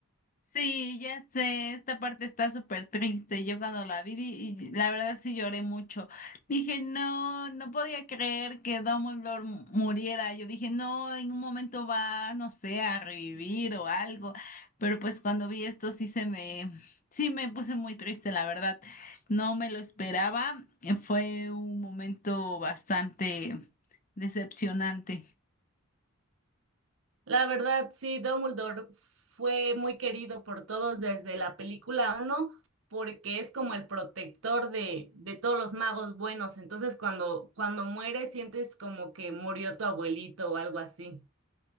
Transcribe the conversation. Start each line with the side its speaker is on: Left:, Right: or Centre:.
Left: Sí, ya sé, esta parte está súper triste. Yo cuando la vi, di- y la verdad sí lloré mucho. Dije, no, no podía creer que Dumbledore mu- muriera. Yo dije, no, en un momento va, no sé, a revivir o algo. Pero pues cuando vi esto sí se me, sí me puse muy triste, la verdad. No me lo esperaba. Fue un momento bastante decepcionante.
Right: La verdad, sí, Dumbledore fue muy querido por todos desde la película uno porque es como el protector de, de todos los magos buenos. Entonces, cuando, cuando mueres, sientes como que murió tu abuelito o algo así.